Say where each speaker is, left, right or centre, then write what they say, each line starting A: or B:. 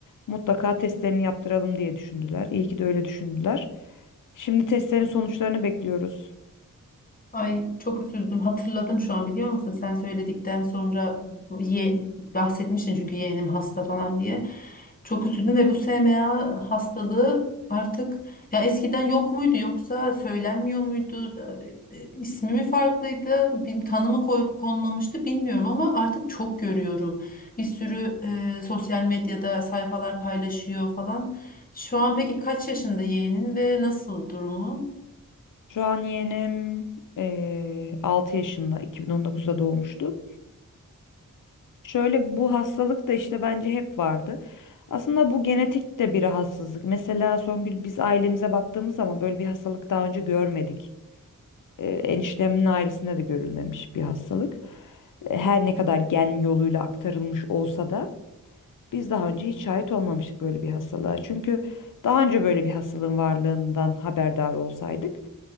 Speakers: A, on the left (about 65°); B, on the left (about 25°).
A: mutlaka testlerini yaptıralım diye düşündüler. İyi ki de öyle düşündüler. Şimdi testlerin sonuçlarını bekliyoruz.
B: Ay çok üzüldüm. Hatırladım şu an biliyor musun? Sen söyledikten sonra bu ye, bahsetmiştin çünkü yeğenim hasta falan diye. Çok üzüldüm ve bu SMA hastalığı artık ya eskiden yok muydu yoksa söylenmiyor muydu? E, e, İsmi mi farklıydı? Bir tanımı koy- konmamıştı bilmiyorum ama artık çok görüyorum. Bir sürü e, sosyal medyada sayfalar paylaşıyor falan. Şu an peki kaç yaşında yeğenin ve nasıl durumu?
A: Şu an yeğenim eee 6 yaşında, 2019'da doğmuştu. Şöyle bu hastalık da işte bence hep vardı. Aslında bu genetik de bir rahatsızlık. Mesela Songül biz ailemize baktığımız zaman böyle bir hastalık daha önce görmedik. e, eniştemin ailesinde de görülmemiş bir hastalık. E, Her ne kadar gen yoluyla aktarılmış olsa da biz daha önce hiç şahit olmamıştık böyle bir hastalığa. Çünkü daha önce böyle bir hastalığın varlığından haberdar olsaydık